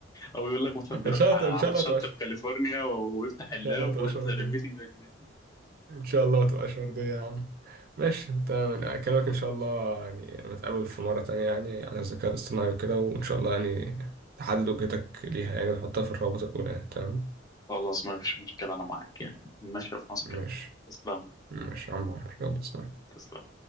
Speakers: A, on the left; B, on the right.
A: او يقول لك مثلا بيروح
B: ان شاء
A: على
B: الله ان شاء الله
A: شط
B: تبقى
A: في كاليفورنيا ويفتح
B: ان
A: اللاب
B: شاء الله تبقى
A: ويحضر
B: ورديه
A: الميتنج من هناك
B: ان شاء الله ما تبقاش مرضية يا عم ماشي تمام أنا اكلمك ان شاء الله يعني نتقابل في مرة تانية يعني عن الذكاء الاصطناعي وكده وان شاء الله يعني تحدد وجهتك ليها يعني وتحطها في الروابط الاولى يعني. تمام
A: خلاص ما فيش مشكله انا معاك يعني ماشي في مصر
B: ماشي
A: كده تسلم
B: ماشي يا عم عمرو يلا سلام
A: تسلم